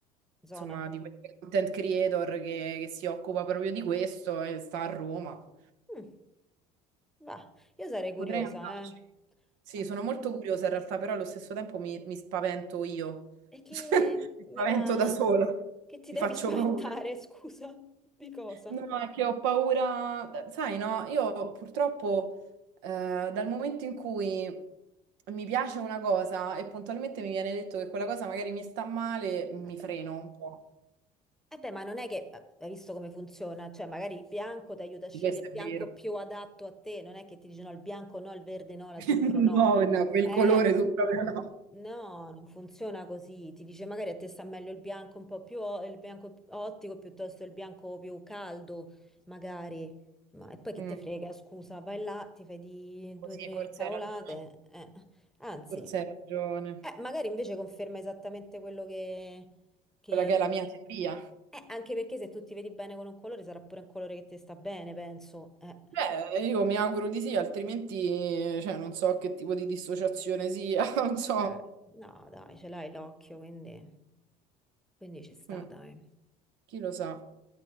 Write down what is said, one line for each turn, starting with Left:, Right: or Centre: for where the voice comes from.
Centre: Zona.
Right: insomma, di queste content creator che, che si occupa proprio di questo e sta a Roma.
Centre: Mm, va, io sarei curiosa,
Right: Potrei andarci.
Centre: eh.
Right: Sì,
Centre: Ma
Right: sono molto curiosa in realtà, però allo stesso tempo mi, mi spavento io.
Centre: E che
Right: <laughs> Mi
Centre: mica...
Right: spavento da sola,
Centre: che ti
Right: mi
Centre: devi
Right: faccio
Centre: <laughs> spaventare,
Right: paura.
Centre: scusa? Di cosa?
Right: No, è che ho paura, sai, no, io purtroppo eh, dal momento in cui mi piace una cosa e puntualmente mi viene detto che quella cosa magari mi sta male, mi
Centre: Vabbè.
Right: freno un po'.
Centre: Eh beh, ma non è che hai visto come funziona, cioè magari il bianco ti aiuta a scegliere
Right: Questo
Centre: il
Right: è
Centre: bianco
Right: vero.
Centre: più adatto a te, non è che ti dice no, il bianco no, il verde no, l'azzurro
Right: <laughs>
Centre: no.
Right: No, no, quel
Centre: Eh,
Right: colore tu proprio no.
Centre: no, non funziona così, ti dice magari a te sta meglio il bianco un po' più, o- il bianco ottico piuttosto il bianco più caldo, magari. Ma e poi che
Right: Mm,
Centre: te frega, scusa, vai là, ti fai di
Right: così,
Centre: due o tre
Right: forse
Centre: cavolate,
Right: hai ragione.
Centre: eh. Anzi,
Right: Forse hai ragione.
Centre: eh, magari invece conferma esattamente quello che che-
Right: Quella che è la mia teoria.
Centre: eh, anche perché se tu ti vedi bene con un colore sarà pure un colore che ti sta bene, penso. Eh,
Right: Beh, io mi auguro di sì, altrimenti, cioè, non so che tipo di dissociazione sia, <laughs> non so.
Centre: Eh, no, dai, ce l'hai l'occhio, quindi, quindi ci sta,
Right: Mm,
Centre: dai.
Right: chi lo sa.